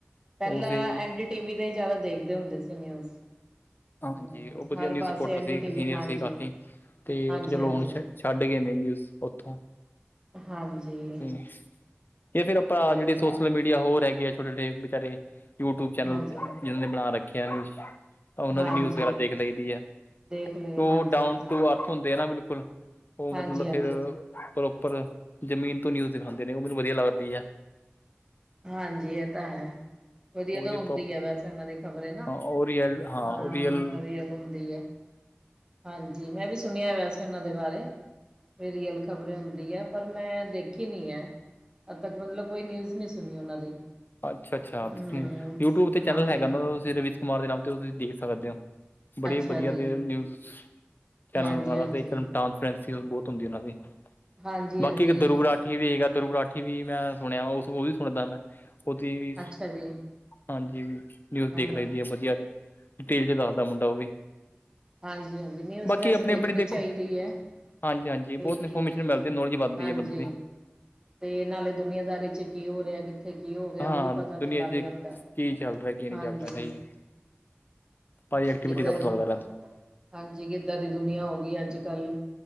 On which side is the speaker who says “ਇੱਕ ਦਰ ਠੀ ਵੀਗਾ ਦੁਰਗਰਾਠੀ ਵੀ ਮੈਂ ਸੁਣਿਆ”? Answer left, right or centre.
Left